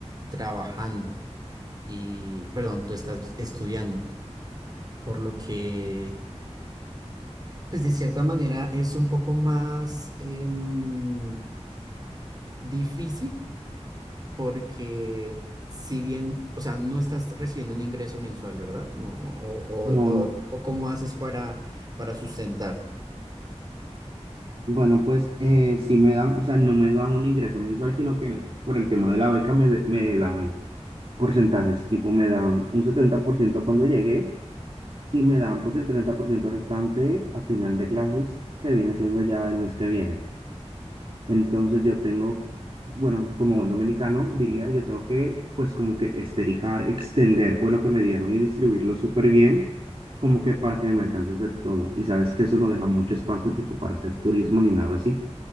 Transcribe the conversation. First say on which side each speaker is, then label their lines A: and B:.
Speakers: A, on the right; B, on the right.
A: trabajando y, perdón, tú estás estudiando, por lo que, pues de cierta manera es un poco más em, difícil porque si bien, o sea, no estás recibiendo un ingreso mensual, ¿verdad? No, o,
B: No,
A: o, o,
B: no,
A: o cómo haces para, para sustentarte.
B: Bueno, pues eh, sí me dan, o sea, no me dan un ingreso mensual, sino que por el tema de la beca me, de- me dan porcentajes, tipo me dan un 70% cuando llegué y me dan pues el 30% restante a final de clases, que viene siendo ya el mes que viene. Entonces yo tengo, bueno, como buen dominicano diría, yo tengo que pues como que estericar, extender pues lo que me dieron y distribuirlo súper bien, como que para que me alcance a hacer todo. Y sabes que eso no deja mucho espacio tipo para hacer turismo ni nada así.